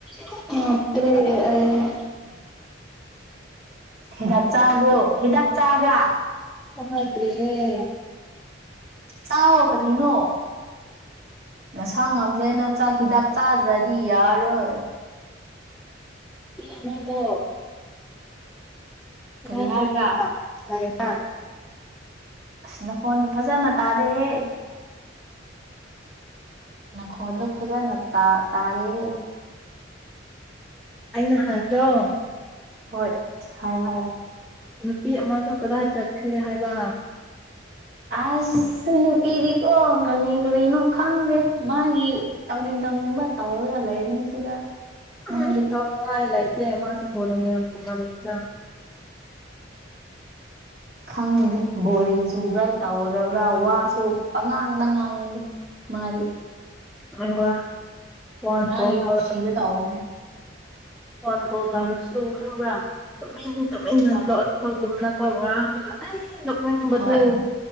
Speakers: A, in the centre; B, on the right.
A: ꯂꯧꯁꯤꯟꯕ ꯉꯝꯗꯕ
B: ꯍꯤꯗꯥꯛ ꯆꯥꯕ꯭ꯔꯣ ꯍꯤꯗꯥꯛ ꯆꯥꯕ꯭ꯔꯥ
A: ꯊꯣꯡꯂꯛꯇ꯭ꯔꯤꯌꯦ
B: ꯆꯥꯎꯋꯣ ꯀꯔꯤꯅꯣ ꯅꯁꯥ ꯉꯝꯗꯦꯅ ꯆꯥꯛ ꯍꯤꯗꯥꯛ ꯆꯥꯗ꯭ꯔꯗꯤ ꯌꯥꯔꯣꯏ
A: ꯃꯤ ꯑꯃꯗꯣ ꯀꯗꯥꯏ
B: ꯀꯔꯤ ꯍꯥꯏꯕ꯭ꯔꯥ
A: ꯆꯠꯄ꯭ꯔꯥ ꯀꯗꯥꯏꯗ
B: ꯑꯁ ꯅꯈꯣꯟ ꯐꯖꯅ ꯇꯥꯗꯦꯌꯦ ꯈꯣꯟꯗꯣ ꯐꯖꯅ ꯇꯥ ꯇꯥꯔꯦꯍꯦ
A: ꯑꯩꯅ ꯍꯥꯏꯕꯗꯣ
B: ꯍꯣꯏ ꯍꯥꯏ ꯍꯥꯏꯌꯦ
A: ꯅꯨꯄꯤ ꯑꯃꯗꯣ ꯀꯗꯥꯏ ꯆꯠꯈ꯭ꯔꯦ ꯍꯥꯏꯕ
B: ꯑꯁ ꯅꯨꯄꯤꯗꯤꯀꯣ ꯀꯔꯤ ꯀꯔꯤꯅꯣ ꯈꯪꯗꯦ ꯃꯥꯒꯤ ꯇꯧꯅꯤꯡ ꯇꯧꯅꯤꯡꯕ ꯇꯧꯔꯒ ꯂꯩꯕꯅꯤ ꯁꯤꯗ ꯃꯥꯗꯤ
A: ꯎꯝ ꯊꯋꯥꯏ ꯂꯩꯇꯦ ꯃꯥꯁꯨ ꯕꯣꯜ ꯌꯦꯡꯅꯤꯡꯉꯝ ꯌꯦꯡꯉꯝ ꯒꯅꯤꯗ
B: ꯈꯪꯗꯦ ꯕꯣꯔꯤꯡ ꯆꯨꯕ꯭ꯔꯥ ꯇꯧꯔꯕ꯭ꯔꯥ ꯋꯥꯁꯨ ꯄꯪꯉꯥꯡꯗ ꯉꯥꯡꯗꯦ ꯃꯥꯗꯤ
A: ꯑꯗꯨꯒ ꯐꯣꯟ
B: ꯃꯥꯒꯤ
A: ꯀꯣꯜ ꯇꯧꯔ
B: ꯈꯨꯨꯁꯤꯗ ꯇꯧꯕꯅꯦ
A: ꯐꯣꯟ ꯀꯣꯜ ꯇꯧꯔꯁꯨ ꯈꯪꯕ꯭ꯔꯥ ꯇꯨꯃꯤꯟ ꯇꯨꯃꯤꯟꯅ
B: ꯍꯣꯏ
A: ꯂꯣꯠꯄꯒꯨꯝꯅꯀꯣ ꯉꯔꯥꯡꯅ ꯑꯩ ꯅꫭꯛꯅꯤꯡꯕꯗꫭ
B: ꯍꯣꯏ